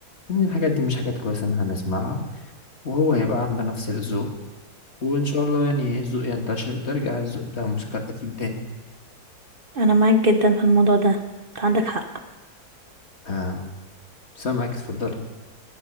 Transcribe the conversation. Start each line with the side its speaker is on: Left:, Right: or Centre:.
Left: ان الحاجات دي مش حاجات كويسه ان احنا نسمعها وهو هيبقى عنده نفس الذوق وان شاء الله يعني الذوق ينتشر وترجع الذوق بتاع الموسيقى القديم تاني
Right: أنا معاك جدا في الموضوع ده أنت عندك حق
Left: آه سامعك اتفضلي